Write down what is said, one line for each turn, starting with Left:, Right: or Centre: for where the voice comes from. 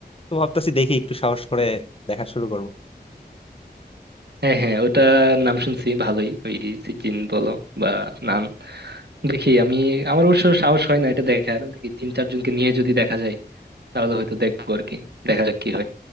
Left: তো ভাবতেছি দেখি একটু সাহস করে দেখা শুরু করব
Right: হ্যাঁ হ্যাঁ ওটা নাম শুনছি ভালোই ওই চিকেন বলো বা নান দেখি আমি আমার অবশ্য সাহস হয় না এটা দেখার দেখি তিন চারজনকে নিয়ে যদি দেখা যায় তাহলে হয়তো দেখবো আর কি দেখা যাক কি হয়